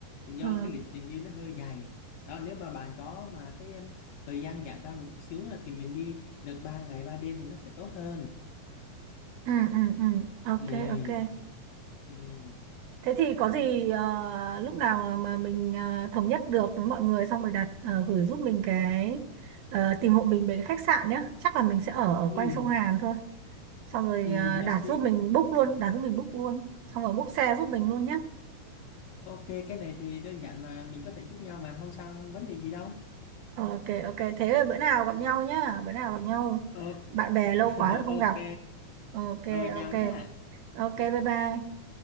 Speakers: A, on the left (about 80°); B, on the right (about 80°).
A: do
B: ờ.
A: cái lịch trình đi nó hơi dài đó nếu mà bạn có mà cái em, thời gian giãn ra một chút xíu là thì mình đi được 3 ngày 3 đêm thì nó sẽ tốt hơn
B: Ừ, ừ, ừ. Ok,
A: ừ
B: ok.
A: ừ
B: Thế thì có gì ờ, lúc nào mà mình ờ, thống nhất được với mọi người xong rồi đặt ờ, gửi giúp mình cái ờ, tìm hộ mình về cái khách sạn nhé. Chắc là mình sẽ ở ở
A: ừ
B: quanh sông Hàn thôi. Xong rồi
A: Ừ,
B: ờ,
A: nhất
B: đặt
A: trí.
B: giúp mình book luôn, đặt giúp mình book luôn. Xong rồi book xe giúp mình luôn nhé.
A: Ok, cái này thì đơn giản mà mình có thể giúp nhau mà không sao, không vấn đề gì đâu.
B: Ok ok thế là bữa nào gặp nhau nhá, bữa nào gặp nhau.
A: Ờ,
B: Bạn bè lâu
A: <laughs>
B: quá rồi không
A: ok,
B: gặp. Ok
A: rồi
B: ok.
A: chào nhá.
B: Ok bye bye.